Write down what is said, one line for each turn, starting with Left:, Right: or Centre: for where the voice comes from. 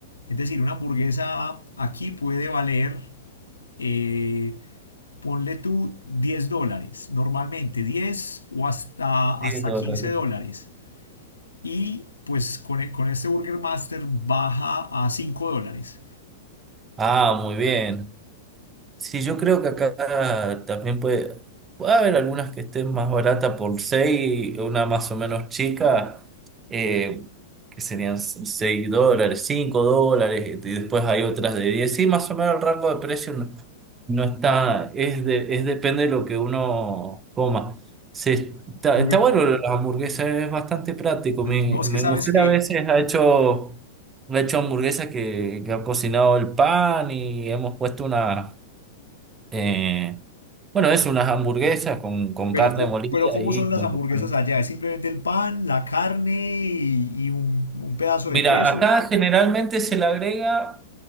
Left: Es decir, una hamburguesa aquí puede valer eh, ponle tú 10 dólares, normalmente 10 o hasta,
Right: 10
Left: hasta
Right: dólares.
Left: 15 dólares. Y pues con, e- con este Burger Master baja a 5 dólares.
Right: Ah, muy bien. Sí, yo creo que acá también puede, puede haber algunas que estén más baratas por 6, una más o menos chica, eh, que serían 6 dólares, 5 dólares, y después hay otras de diez Sí, más o menos el rango de precio no, no está, es, de, es depende de lo que uno coma. Se- está,
Left: Lo
Right: está
Left: que,
Right: bueno las hamburguesas, es bastante práctico.
Left: no
Right: Mi,
Left: es
Right: mi
Left: que sabes
Right: mujer
Left: que,
Right: a veces ha hecho, ha hecho hamburguesas que, que ha cocinado el pan y hemos puesto una eh, bueno, es unas hamburguesas con, con
Left: pero,
Right: carne
Left: co-
Right: molida
Left: pero ¿cómo
Right: y
Left: son
Right: con
Left: las
Right: el
Left: hamburguesas
Right: acompañamiento.
Left: allá? Es simplemente el pan, la carne y, y un, un pedazo
Right: Mira,
Left: de queso,
Right: acá generalmente se le agrega